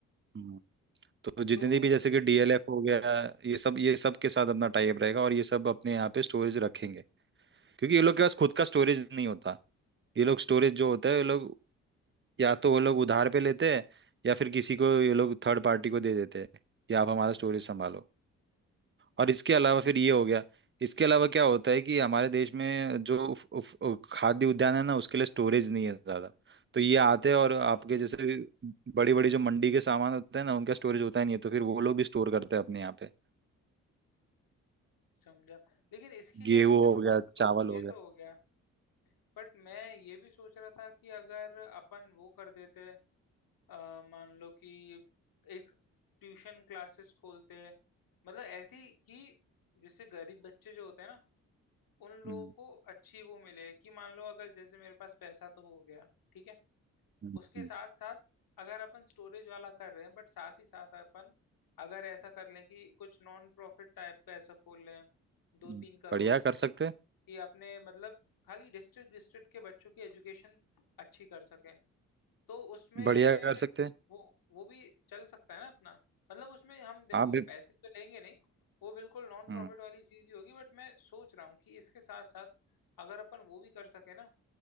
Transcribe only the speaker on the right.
हम्म। तो जितनी
भी जैसे कि डीएलएफ हो गया ये सब ये सब के साथ अपना टाइप रहेगा और ये सब अपने यहाँ पे स्टोरेज रखेंगे क्योंकि ये लोग के पास खुद का स्टोरेज नहीं होता ये लोग स्टोरेज जो होता है ये लोग या तो वो लोग उधार पे लेते हैं या फिर किसी को ये लोग थर्ड पार्टी को दे देते हैं कि आप हमारा
स्टोरेज संभालो और इसके अलावा फिर ये हो गया इसके अलावा क्या होता है कि हमारे देश में जो उफ, उफ, उफ, खाद्य उद्यान है ना उसके लिए स्टोरेज नहीं है ज्यादा तो ये आते
हैं और आपके जैसे बड़ी बड़ी जो मंडी के सामान होते हैं ना उनका स्टोरेज होता ही नहीं है तो फिर वो लोग भी स्टोर करते हैं अपने यहाँ पे
गेहूं
हो
गया चावल
हो
गया
हम्म
हम्म,
हम्म।
हम्म।
बढ़िया
कर सकते हैं,
बढ़िया कर सकते हैं।
आप भी
हम्म,